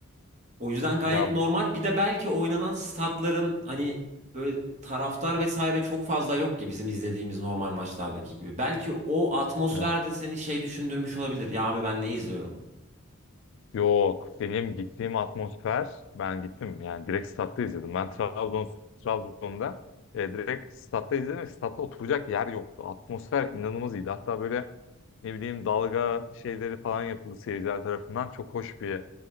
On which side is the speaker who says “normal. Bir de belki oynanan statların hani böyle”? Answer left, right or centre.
Right